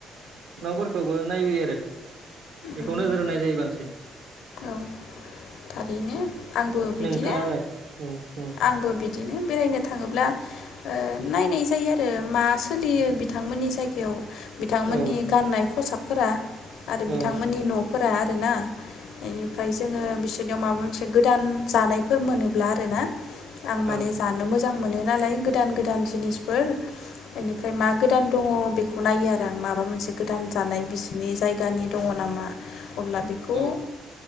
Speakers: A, on the right; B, on the left.
A: न'फोरखौबो नायबोयो आरो। बेखौ
B: उम
A: नोजोर होनाय जायो बांसिन।
B: औ थारैनो आंबो बिदिनो
A: नोंथाङालाय औ औ
B: आंबो बि दिनो बेरायनो थाङोब्ला ओ नायनाय जायो आरो मा सोलियो बिथांमोननि जायगायाव बिथांमोननि
A: औ
B: गाननाय खसाब फोरा आरो
A: औ
B: बिथांमोननि न' फोरा आरो ना बेनिफ्राय जोङो बिस बिनियाव माबा मोनसे गोदान जानायफोर मोनोब्ला आरो ना आं माने
A: औ
B: जानो मोजां आं मोनो नालाय गोदान गोदान जिनिसफोर बेनिफ्राय मा गोदान दङ बेखौ नायो आरो आं माबा मोनसे गोदान जानाय बिसोरनि जायगानि दङ नामा। अब्ला बेखौ
A: औ
B: ओ